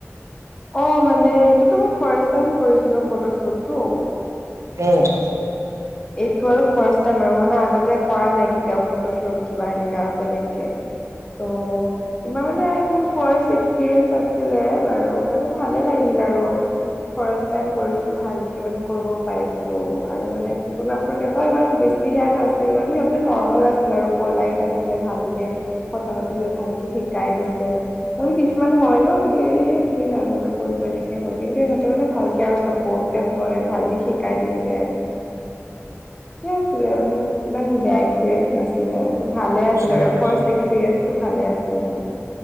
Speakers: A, on the left; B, on the right.
A: অঁ! মানে এইটোতো মই ফাৰ্ষ্ট টাইম কৰিছিলো, ফটো শ্বুটটো। <inaudible>
B: অ! <inaudible>
A: <inaudible> ফাষ্ট টাইম আৰু মানে আগতে কৰা নাই কেতিয়া ফটো শ্বুট কিবা এনেকা বেলেগকে। ত' এইবাৰ মানে মোৰ ফাৰ্ষ্ট এক্সপিৰিয়েঞ্চ আছিলে বাৰু। <inaudible> মানে ভালে লাগিল আৰু। <inaudible> ফাষ্ট টাইম কৰিছো, ভালকে মানে কৰিব পাইছো, আৰু মানে ফটোগ্ৰাফাৰ কেইটাও ইমান বেছি <inaudible> <inaudible> নাছিল মানে সিহঁতে নৰ্মেল আছিলে আৰু পলাইট আছিলে ভালকে। কথা পাতিছে ভালকে, শিকাই দিছে <inaudible> কিছুমান হয় ন কি তুমি নাজানা কৰিব এনেকে হয় কিন্তু সিহঁতে মানে ভালকে আৰু চাপৰ্ট <inaudible> <inaudible> ভালকে শিকাই দিছে। সেইয়াই আছিলে ইমান বেয়া এক্সপিৰিয়েন্স নাছিলে। <inaudible> ভালে
B: অ'
A: আছিলে আৰু ফাৰ্ষ্ট এক্সপিৰিয়েঞ্চটো ভালে আছিলে মোৰ। <unintelligible>